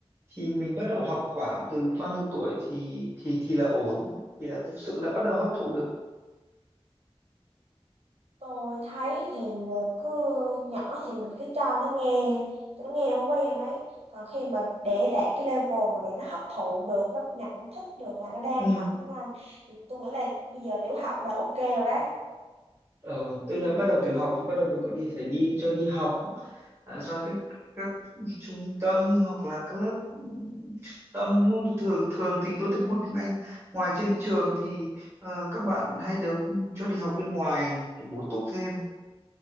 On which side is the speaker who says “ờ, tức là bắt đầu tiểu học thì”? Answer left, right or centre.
Right